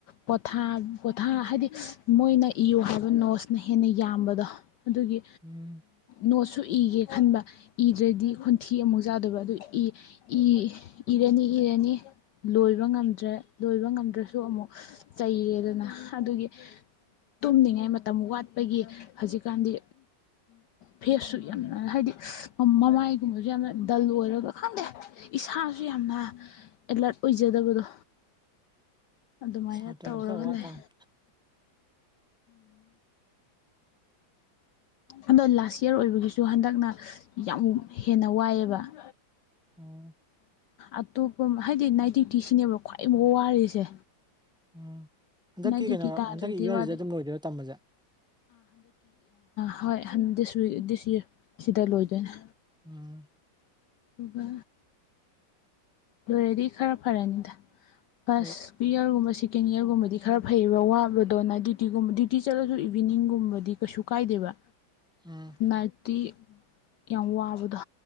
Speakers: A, on the left; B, in the centre.
A: ꯄꯣꯊꯥ ꯄꯣꯊꯥ ꯍꯥꯏꯗꯤ ꯃꯣꯏꯅ ꯏꯌꯨ ꯍꯥꯏꯕ ꯅꯣꯁꯅ ꯍꯦꯟꯅ ꯌꯥꯝꯕꯗꯣ ꯑꯗꯨꯒꯤ
B: ꯎꯝ
A: ꯅꯣꯠꯁꯨ ꯏꯒꯦ ꯈꯟꯕ ꯏꯗ꯭ꯔꯗꯤ ꯈꯨꯟꯊꯤ ꯑꯃꯨꯛ ꯆꯥꯗꯕ ꯑꯗꯨ ꯏ ꯏꯔꯅꯤ ꯏꯔꯅꯤ ꯂꯣꯏꯕ ꯉꯝꯗ꯭ꯔꯦ ꯂꯣꯏꯕ ꯉꯝꯗ꯭ꯔꯁꯨ ꯑꯃꯨꯛ ꯆꯩꯔꯦꯗꯅ ꯑꯗꯨꯒꯤ ꯇꯨꯝꯅꯤꯡꯉꯥꯏ ꯃꯇꯝ ꯋꯥꯠꯄꯒꯤ ꯍꯧꯖꯤꯛꯀꯥꯟꯗꯤ ꯐꯦꯁꯁꯨ ꯌꯥꯝꯅ ꯍꯥꯏꯗꯤ ꯃꯃꯥꯏꯒꯨꯝꯕꯁꯨ ꯌꯥꯝꯅ ꯗꯜ ꯑꯣꯏꯔꯒ ꯈꯪꯗꯦ ꯏꯁꯥꯁꯨ ꯌꯥꯝꯅ ꯑꯦꯂꯔꯠ ꯑꯣꯏꯖꯗꯕꯗꯣ ꯑꯗꯨꯃꯥꯏꯅ
B: ꯁꯥꯇ
A: ꯇꯧꯔꯒ
B: ꯀ ꯋꯥ
A: ꯂꯩ
B: ꯇ <inaudible>
A: ꯑꯗꯣ ꯂꯥꯁ ꯏꯌꯥꯔ ꯑꯣꯏꯕꯒꯤꯁꯨ ꯍꯟꯗꯛꯅ ꯌꯥꯝ ꯍꯦꯟꯅ ꯋꯥꯏꯑꯦꯕ ꯑ
B: ꯎꯝ
A: ꯑꯇꯣꯞꯄ ꯍꯥꯏꯗꯤ ꯅꯥꯏꯇꯛꯇꯤ ꯁꯤꯅꯦꯕ ꯈ꯭ꯋꯥꯏ ꯑꯃꯨꯛ ꯋꯥꯔꯤꯁꯦ
B: ꯎꯝ ꯍꯟꯗꯛꯀꯤ
A: ꯅꯥꯏꯠ ꯗ꯭ꯌꯨꯇꯤ
B: ꯀꯩꯅꯣ
A: ꯇꯥꯗ꯭ꯔꯗꯤ
B: ꯍꯟꯗꯛꯀꯤ ꯏꯌꯥꯔꯔꯤꯁꯗ
A: ꯋꯥꯗꯦ
B: ꯑꯗꯨꯝ ꯂꯣꯏꯗꯣꯏꯔ ꯇꯝꯕꯁꯦ
A: ꯍꯣꯏꯗꯤꯁꯛ ꯗꯤꯁ ꯁꯤꯗ ꯂꯣꯏꯗꯣꯏꯅꯦ
B: ꯎꯝ
A: ꯑꯗꯨꯒ ꯂꯣꯏꯔꯗꯤ ꯈꯔ ꯐꯔꯅꯤꯗ ꯐꯁ
B: ꯍꯣꯏ
A: ꯄ ꯌꯥꯔꯒꯨꯝꯃꯁꯤ ꯁꯦꯀꯦꯟ ꯏꯌꯥꯔꯒꯨꯝꯕꯗꯤ ꯈꯔ ꯐꯩꯑꯕ ꯋꯥꯕꯗꯣꯅ ꯗ꯭ꯌꯨꯇꯤꯒꯨꯝꯕ ꯗ꯭ꯌꯨꯇꯤ ꯆꯠꯂꯁꯨ ꯏꯚꯤꯅꯤꯡꯒꯨꯝꯕꯗꯤ ꯀꯩꯁꯨ ꯀꯥꯏꯗꯦꯕ
B: ꯎꯝ
A: ꯉꯗꯤ ꯌꯥꯝ ꯋꯥꯕꯗꯣ